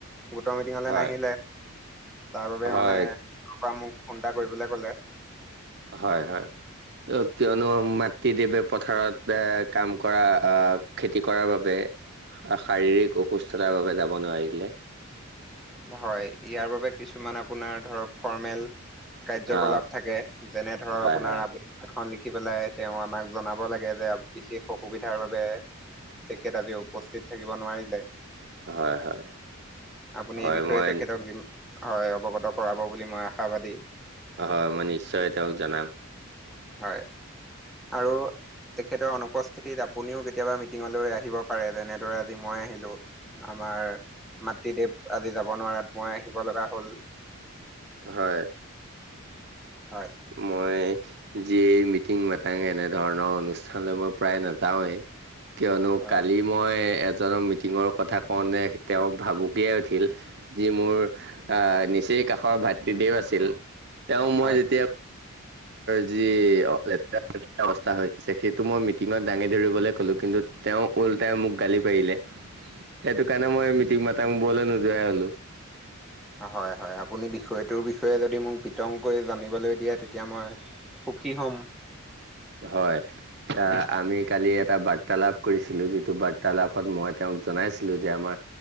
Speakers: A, in the centre; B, on the right (about 50°).
A: গোটৰ মিটিঙলৈ
B: হয়
A: নাহিলে। তাৰ বাবে
B: হয়
A: মানে তোৰ পৰা মোক ফোন এটা কৰিবলে ক'লে।
B: হয়, হয়। কিয়নো মাতৃদেৱে পথাৰত এ, কাম কৰা আহ, খেতি কৰাৰ বাবে শাৰীৰিক অসুস্থতাৰ বাবে যাব নোৱাৰিলে।
A: হয় ইয়াৰ বাবে কিছুমান আপোনাৰ ধৰক ফৰ্মেল কাৰ্যকলাপ
B: অ
A: থাকে যেনে ধৰক
B: হয়
A: আপোনাৰ
B: হয়
A: আৱে এখন লিখি পেলাই তেওঁ আমাক জনাব লাগে যে বিশেষ অসুবিধাৰ বাবে তেখেত আজি উপস্থিত থাকিব নোৱাৰিলে।
B: হয়, হয়।
A: আপুনি
B: হয়
A: এই বিষয়ে
B: মই
A: তেখেতক যি হয় অৱগত কৰাব বুলি মই আশাবাদী।
B: হয় মই নিশ্চয় তেওঁক জনাম।
A: হয় আৰু তেখেতৰ অনুপস্থিতিত আপুনিও কেতিয়াবা মিটিঙলৈ আহিব পাৰে, যেনেদৰে আজি মই আহিলোঁ। আমাৰ মাতৃদেৱ আজি যাব নোৱাৰাত মই আহিব লগা হ'ল।
B: হয়
A: হয়
B: মই যিয়ে মিটিং মাটাং এনেধৰণৰ অনুষ্ঠানলৈ মই প্ৰায় নাযাওঁৱে। কিয়নো
A: হয়
B: কালি মই এজনক মিটিঙৰ কথা কওঁতে তেওঁ ভাবুকিয়াই উঠিল। যি মোৰ আহ, নিচেই কাষৰ ভাতৃদেৱ আছিল, তেওঁ
A: হয়
B: মই যেতিয়া যি লেতেৰা অৱস্থা হৈছে সেইটো মই মিটিঙত দাঙি ধৰিবলৈ ক'লো কিন্তু তেওঁ ওল্টাই মোক গালি পাৰিলে, সেইটো কাৰণে মই মিটিং মাটাংবোৰলৈ নোযোৱাই হ'লো।
A: হয়, হয় আপুনি বিষয়টোৰ বিষয়ে যদি মোক বিতংকৈ জানিবলৈ দিয়ে তেতিয়া মই সুখী হম।
B: হয়। আহ, আমি কালি এটা বাৰ্তালাপ কৰিছিলো যিটো বাৰ্তালাপত মই তেওঁক জনাইছিলো যে আমাৰ